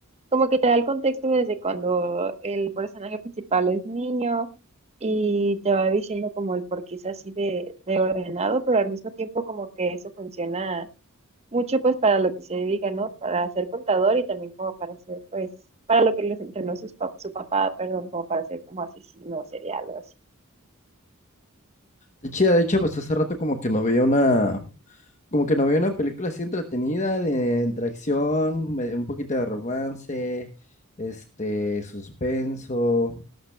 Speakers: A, on the right; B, on the left.
A: como que te da el contexto desde cuando el personaje principal es niño y te va diciendo como el por qué es así de, de ordenado, pero al mismo tiempo como que eso funciona mucho pues para lo que se dedica, ¿no? Para ser contador y también como para ser pues, para lo que les entrenó sus pap- su papá, perdón, como para ser como asesino serial o así.
B: De chida, de hecho, pues hace rato como que no veía una, como que no veía una película así entretenida, de entre acción, me- un poquito de romance, este, suspenso.